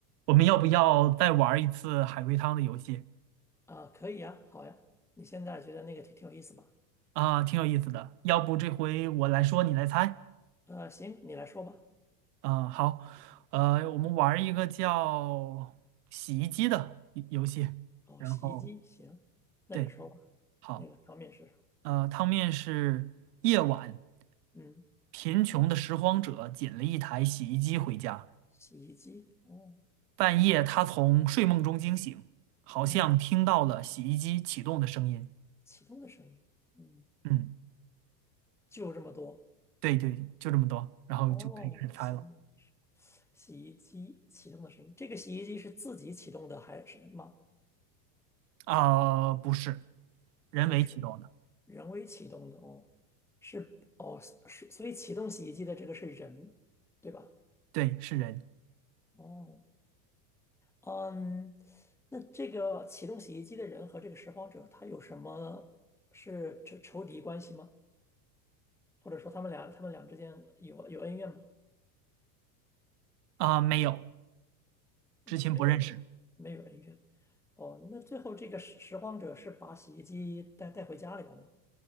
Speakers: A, on the right; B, in the centre.
A: 我们要不要再玩一次海龟汤的游戏
B: 啊，可以呀，好呀，你现在觉得那个挺挺有意思吧？
A: 啊？挺有意思的。要不这回我来说，你来猜
B: 呃，行，你来说吧。
A: 啊？好，呃，我们玩一个叫洗衣机的游游戏。
B: 哦，
A: 然后
B: 洗衣机，行，那你说吧。
A: 对，好，
B: 那个汤面是什么？
A: 呃，汤面是夜晚，
B: 嗯，
A: 贫穷的拾荒者捡了一台洗衣机回家。
B: 洗衣机，哦，
A: 半夜，他从睡梦中惊醒，好像听到了洗衣机启动的声音。
B: 嗯，启动的声音，嗯，
A: 嗯，
B: 就这么多。
A: 对对，就这么多，然后就可以开始猜了。
B: 哦，行，洗衣机启动的声音，这个洗衣机是自己启动的还是什么？
A: 啊、不是，人为启动的，
B: 不是，人为启动的哦，是哦是，所以启动洗衣机的这个是人，对吧？
A: 对，是人
B: 哦。嗯，那这个启动洗衣机的人和这个拾荒者，他有什么是仇仇敌关系吗？或者说他们俩他们俩之间有有恩怨吗？
A: 啊、没有，
B: 嗯，
A: 之前不认识
B: 没有没有恩怨。哦，那最后这个拾拾荒者是把洗衣机带带回家里了吗？